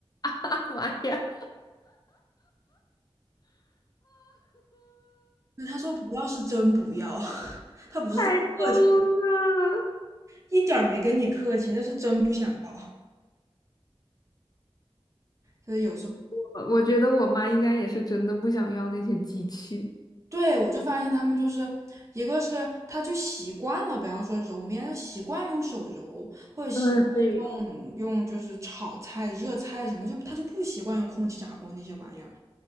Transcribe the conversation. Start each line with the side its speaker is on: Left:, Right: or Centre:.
Left: <laughs> 妈呀！<laughs> 天
Right: 那她说不要是真不要，<laughs> 她不是在客气，
Left: 呐，
Right: 一点儿没跟你客气，那是真不想要。就是有时候，
Left: 我我觉得我妈应该也是真的不想要那些机器。
Right: 对，我就发现他们就是一个是他就习惯了，比方说揉面，他习惯用手揉，或者习。
Left: 嗯，对，
Right: 嗯，用就是炒菜、热菜什么，就他就不习惯用空气炸锅那些玩意儿，